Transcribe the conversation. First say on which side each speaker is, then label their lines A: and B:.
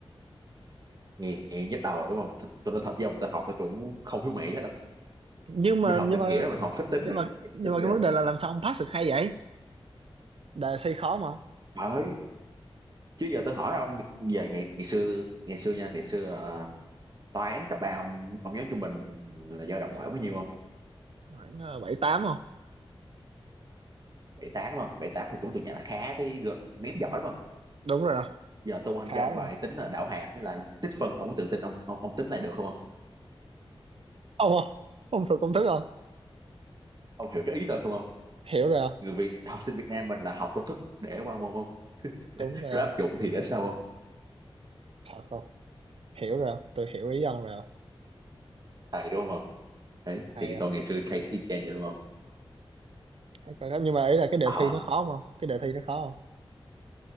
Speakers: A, on the right; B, on the right.
A: nghe, nghe nhức đầu đúng không Th- tôi nói thật với ông tôi học tôi cũng không hiểu mẹ hết đâu
B: nhưng mà
A: mình học
B: nhưng
A: định
B: mà
A: nghĩa rồi mình học phép tính
B: nhưng
A: rồi
B: mà
A: mình
B: nhưng
A: tính
B: mà cái
A: rồi
B: vấn
A: không
B: đề là làm sao ông pass được hay vậy đề thi khó mà không?
A: Đấy. chứ giờ tôi hỏi ông giờ ngày ngày xưa ngày xưa nha ngày xưa à, toán cấp ba ông, ông nhớ trung bình là dao động khoảng bao nhiêu không
B: khoảng ờ, bảy tám không
A: bảy tám đúng không Bảy tám thì cũng tụi nhà nó khá thấy gật ném giỏi đúng không
B: đúng rồi không
A: giờ tôi quăng
B: khá
A: cho ông
B: rồi
A: bài tính là đạo hàm hay là tích phân ông có tự tin ông, ông ông tính này được không ông
B: ông không ông sụt công thức không
A: ông hiểu cái ý tôi không ông
B: hiểu rồi không
A: người Việt học sinh Việt Nam mình là học công thức để qua môn không
B: đúng rồi
A: rồi
B: không
A: áp dụng thì để sau không
B: thật không hiểu rồi không tôi hiểu ý ông rồi không
A: thầy đúng không đấy
B: hay
A: thì tôi
B: không
A: ngày xưa case y chang vậy đúng không
B: Thấy coi đó. nhưng mà ý là cái đề
A: à
B: thi nó khó không cái đề thi nó khó không